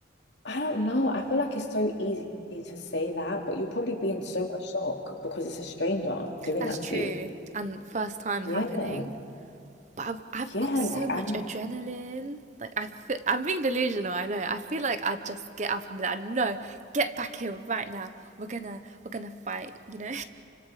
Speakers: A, on the left (about 70°); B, on the right (about 40°).
A: I don't know. I feel like it's so easy to say that, but you'll probably be in so much shock because it's a stranger doing
B: That's
A: that
B: true.
A: to you.
B: And first time
A: Yeah.
B: happening, but I've I've
A: Yeah,
B: got so
A: like
B: much
A: I'm
B: adrenaline. Like I feel, I'm being delusional. I know. I feel like I'd just get up and be like, no, get back here right now. We're gonna we're gonna fight. You know.